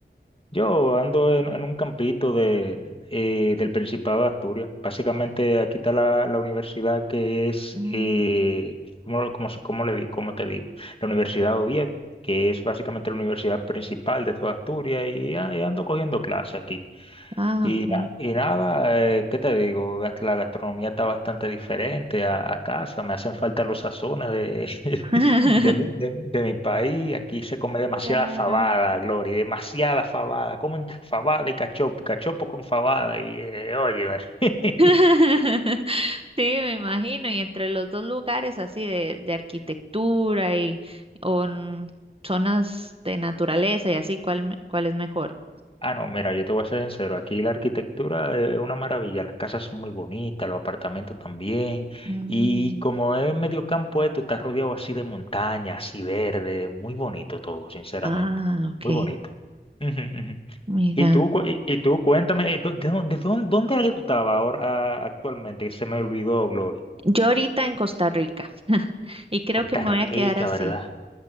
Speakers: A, on the left (about 30°); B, on the right (about 30°).
A: Yo ando en, en un campito de, eh, del Principado de Asturias. Básicamente aquí está la, la universidad que es,
B: Mm,
A: eh, ¿cómo, lo- cómo, se- cómo le di? ¿Cómo te digo? La Universidad de Oviedo, que es básicamente la universidad principal de toda Asturias y, ah, y ando cogiendo clase aquí.
B: ah,
A: Y,
B: ok.
A: na- y nada, eh, ¿qué te digo? Gas- La gastronomía está bastante diferente a, a casa. Me hacen falta los sazones de,
B: <laughs>
A: <laughs> de, mi, de- de mi país. Aquí se come demasiada
B: Claro.
A: fabada, Glory, demasiada fabada. Comen fabada y cachopo, y cachopo con fabada. Y eh, óyeme. <laughs>
B: <laughs> Sí, me imagino, y entre los dos lugares así de, de arquitectura y o en zonas de naturaleza y así, ¿cuál, me- cuál es mejor?
A: Ah, no, mira, yo te voy a ser sincero. Aquí la arquitectura es una maravilla. Las casas son muy bonitas, los apartamentos también.
B: Mm,
A: Y como es medio campo esto, está rodeado así de montaña, así verde. Muy bonito todo, sinceramente.
B: ah, ok,
A: Muy bonito. Ujú, ujú.
B: mira,
A: Y tú, cu- y, y tú cuéntame, eh, ¿dó- ¿de, dónde, de dónde, dónde era que tú estabas ahora ah, actualmente? Que se me olvidó, Glory.
B: yo ahorita en Costa Rica <laughs> y creo
A: Costa
B: que me
A: Rica,
B: voy a quedar así.
A: ¿verdad?